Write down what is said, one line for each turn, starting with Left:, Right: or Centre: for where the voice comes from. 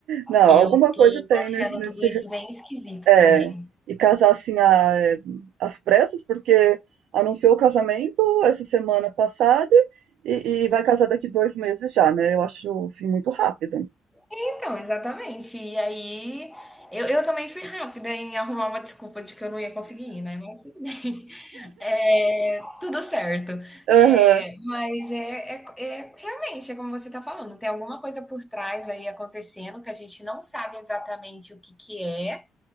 Right: Não,
Centre: Eu
Right: alguma
Centre: tô
Right: coisa tem
Centre: achando
Right: nesse nesse
Centre: tudo isso bem esquisito
Right: É,
Centre: também.
Right: e casar assim a- é, às pressas, porque anunciou o casamento essa semana passada e, e vai casar daqui dois meses já, né? Eu acho assim muito rápido.
Centre: Então, exatamente. E aí, eu, eu também fui rápida em arrumar uma desculpa de que eu não ia conseguir ir, né? Mas tudo bem. <laughs> É, tudo certo. É,
Right: Aham,
Centre: mas é, é, é- realmente, é como você está falando, tem alguma coisa por trás aí acontecendo que a gente não sabe exatamente o que que é.